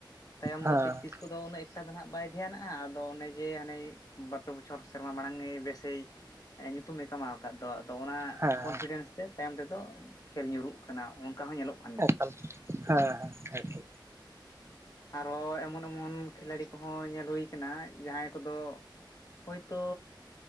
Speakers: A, on the left; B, on the right.
A: ᱛᱟᱭᱚᱢ
B: ᱦᱮᱸ
A: ᱫᱚ ᱯᱮᱠᱴᱤᱥ ᱠᱚᱫᱚ ᱩᱱᱟᱹᱜ ᱮᱠᱴᱟ ᱫᱚ ᱦᱜ ᱵᱟᱭ ᱫᱷᱮᱱᱟᱜ-ᱟ ᱟᱫᱚ ᱚᱱᱮ ᱡᱮ ᱦᱟᱱᱮ ᱵᱟᱨ ᱯᱮ ᱵᱚᱪᱷᱚᱨ ᱥᱮᱨᱢᱟ ᱢᱟᱲᱟᱝ ᱮ ᱵᱮᱥᱮ ᱧᱩᱛᱩᱢᱮ ᱠᱟᱢᱟᱳ ᱟᱠᱟᱫ ᱫᱚ ᱟᱫᱚ ᱚᱱᱟ
B: ᱦᱮᱸ
A: ᱠᱚᱱᱯᱷᱤᱰᱮᱱᱥ ᱛᱮ ᱛᱟᱭᱚᱢ ᱛᱮᱫᱚ ᱠᱷᱮᱞ ᱧᱩᱨᱩᱜ ᱠᱟᱱᱟ ᱚᱱᱠᱟ ᱦᱚᱸ ᱧᱮᱞᱚᱜ ᱠᱟᱱᱟ
B: ᱮᱠᱟᱞ ᱦᱮᱸ ᱦᱮᱸ ᱮᱠᱟᱞ
A: ᱟᱨᱦᱚᱸ ᱮᱢᱚᱱ ᱮᱢᱚᱱ ᱠᱷᱤᱞᱟᱲᱤ ᱠᱚᱦᱚᱸ ᱧᱮᱞ ᱦᱩᱭ ᱠᱟᱱᱟ ᱡᱟᱦᱟᱸᱭ ᱠᱚᱫᱚ ᱦᱳᱭᱛᱚ